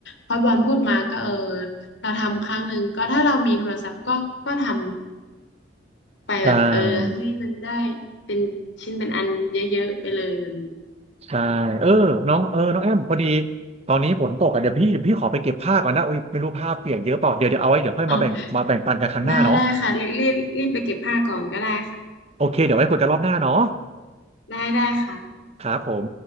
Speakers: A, on the left (about 75°); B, on the right (about 35°).
A: พอบอลพูดมาก็เออเราทำครั้งหนึ่งก็ถ้าเรามีโทรศัพท์ก็ก็ทำ ไปแบบเออให้มันได้
B: ใช่
A: เป็นชิ้นเป็นอันเยอะๆไปเลยแบบนี้
B: ใช่เออน้องเออน้องแอมพอดีตอนนี้ฝนตกอ่ะเดี๋ยวพี่เดี๋ยวพี่ขอไปเก็บผ้าก่อนนะโอ้ยไม่รู้ผ้าเปียกเยอะเปล่าเดี๋ยวเดี๋ยวเอาไว้เดี๋ยวค่อยมาแบ่งมาแบ่งปันกันครั้งหน้าเนาะ
A: อ๋อได้ได้ค่ะรีบรีบรีบไปเก็บผ้าก่อนก็ได้ค่ะ
B: โอเคเดี๋ยวไว้คุยกันรอบหน้าเนาะ
A: ได้ได้ค่ะ
B: ครับผม